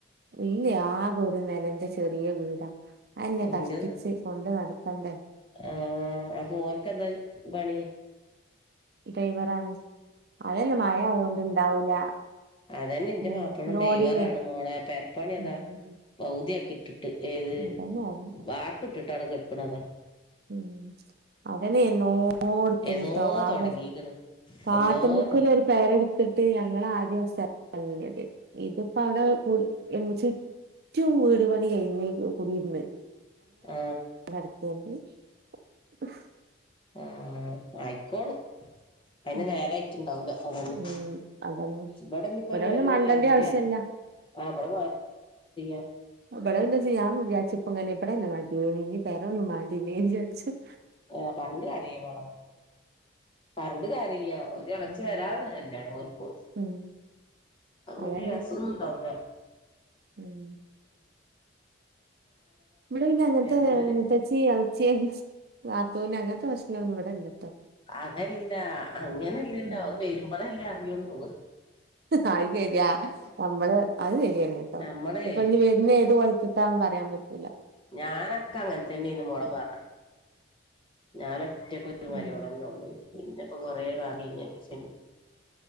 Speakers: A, on the right (about 55°); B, on the left (about 25°).
A: ഇല്ലെ ആകെ ഒരു നെലന്റെ ചെറിയ വീടാ അതെന്നെ
B: ഇന്റെത്
A: കഷ്ടിച്ച് കൊണ്ട് നടക്കണ്ടേ
B: ആഹ് അപ്പോ ഓൻക്കെന്താ പണി
A: ഡൈവറാണ് അതെന്നെ മഴ ആയോണ്ട് ഇണ്ടാവൂല
B: അതനെ ഇന്റെ
A: ഉം
B: മാപ്പളീം
A: ലോഡിങ്ങേ
B: ഡ്രൈവറാണ് മോളെ പെര്പ്പണി അതാ
A: ഉം
B: പൗത്യാക്കി ഏത്
A: അതന്നെ പറഞ്ഞെ
B: വാർപ്പ് ഇട്ടിട്ട് ഔടെ കെട്ക്ണതാ
A: ഉം അതന്നെ എന്നോ ഇട്ത്നട്ടോ
B: എന്നോ
A: ആകെ
B: തൊടങ്ങീക്ക്ണ്
A: കാട്ട്മുക്ക്ല്
B: എന്നോ തൊ
A: ഒരു പേരട്ത്ത്ട്ട് ഞങ്ങള് ആദ്യം സ് വല്ല്യത് ഇത്പ്പ ഔടെ <unintelligible> ച്ചൂര് പണി കയ്ഞ് കുടിര്ന്ന്
B: ആ
A: <unintelligible>
B: അ അ അയ്ക്കോളും അയിന്
A: ഉം
B: നേരായിറ്റ്ണ്ടാവൂല അതെന്നെ
A: ഉം അതന്നെ
B: ഇവിടെ ഞ്ഞിപ്പോ ഒരു മരോള്
A: പിന്നെ മണ്ടന്റെ
B: വെര്ണ്ടേ
A: ആവശ്യല്ല
B: ആ വടെ <unintelligible>
A: ബടെ പിന്നെ ജിയാൻ വിജാര്ച്ച്ക്കും <unintelligible> ബടെന്നെ മത്യേനി ഞ്ഞ് പെരൊന്നും മാണ്ടില്ല്യേനിജാര്ച്ചും
B: ഏ പർഞ്ഞിട്ട് കാര്യയ്യ മോളെ പർഞ്ഞ്ട്ട് കര്യയ്യ ഒര് എളച്ചി
A: ഉം
B: വരാള്ളെല്ലെ ഓൽക്കു
A: ഉം
B: അത് വല്യ
A: അതന്നെ
B: രസാെന്നുണ്ടാവൂല
A: ഉം ഇവ്ടെ പിന്നെ അങ്ങൻത്തെ
B: വര്ണോര്
A: മൂത്തച്ചി എളച്ച്യേ നാത്തൂന് അങ്ങൻത്തെ പ്രശ്നാെന്നു ഇവ്ടെല്ല
B: അതല്ല അങ്ങനല്ലല്ലോ
A: ഉം
B: അത് വര്മ്പളല്ലേ അറിയാെള്ളൂ
A: അത് ശെരിയാ നമ്മള് അത് സെരിയന്നെട്ടോ
B: നമ്മളെ
A: ഇപ്പൊ ഇഞ്ഞ് വര്ണെ ഏത് കാേലത്ത്ക്കാന്ന് പറയാ ൻ പറ്റൂല്ല
B: ഞാനക്കെ അങ്ങൻത്തന്നെന്ന് മാേള പർ ഞാനാെറ്റക്കാെര് മരോളെന്നൊള്ളേനി
A: ഉം
B: പിന്നെപ്പോ കൊറേ കാ പിന്നെ <unintelligible>